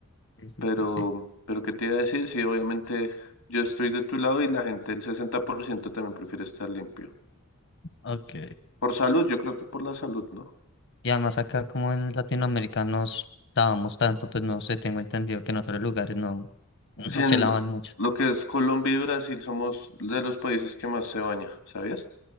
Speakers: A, on the left (about 55°); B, on the left (about 75°).
A: Sí, sí,
B: Pero,
A: sí, sí.
B: pero ¿qué te iba a decir? Sí, obviamente yo estoy de tu lado y la gente, el 60% también prefiere estar limpio.
A: Ok.
B: Por salud, yo creo que por la salud, ¿no?
A: Y además acá como en latinoamericanos lavamos tanto, pues no sé, tengo entendido que en otros lugares no, <laughs>
B: Sí,
A: no
B: en
A: se lavan mucho.
B: lo que es Colombia y Brasil somos de los países que más se baña, ¿sabías?